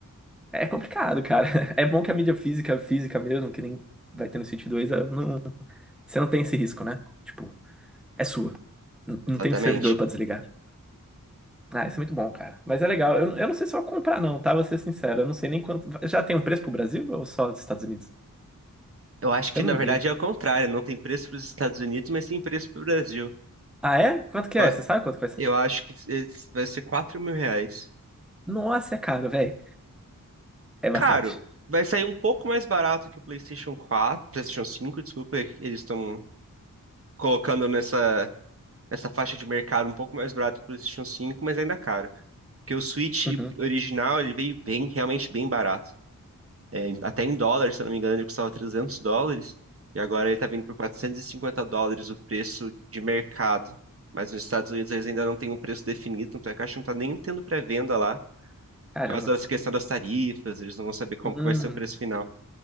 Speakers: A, in the centre; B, on the right.
A: é complicado, cara. <laughs> É bom que a mídia física, física mesmo, que nem vai ter no City 2, ela não, você não tem esse risco, né? Tipo, é sua. N-
B: exatamente.
A: Não tem servidor pra desligar. Ah, isso é muito bom, cara. Mas é legal. Eu, eu não sei se eu vou comprar, não, tá? Vou ser sincero. Eu não sei nem quanto. Já tem um preço pro Brasil ou só dos Estados Unidos?
B: Eu acho que
A: Eu
B: na
A: não
B: verdade
A: vi.
B: é o contrário, não tem preço para os Estados Unidos, mas tem preço para o Brasil.
A: Ah, é? Quanto que
B: Quase-
A: é? Você sabe quanto que vai ser?
B: Eu acho que esse vai ser quatro mil reais.
A: Nossa, é caro, velho. É bastante.
B: Caro, vai sair um pouco mais barato que o PlayStation 4, PlayStation 5, desculpa, é que eles estão colocando nessa, nessa faixa de mercado um pouco mais barato que o PlayStation 5, mas ainda é caro. Porque o Switch
A: Uhum.
B: original, ele veio bem, realmente bem barato. É, em- até em dólares, se eu não me engano, ele custava 300 dólares. E agora ele tá vindo por 450 dólares o preço de mercado. Mas nos Estados Unidos eles ainda não têm um preço definido, tanto é que a Caixa não tá nem tendo pré-venda lá.
A: Caramba.
B: Por causa dessa questão das tarifas, eles não vão saber como
A: Hum,
B: que vai ser o preço final.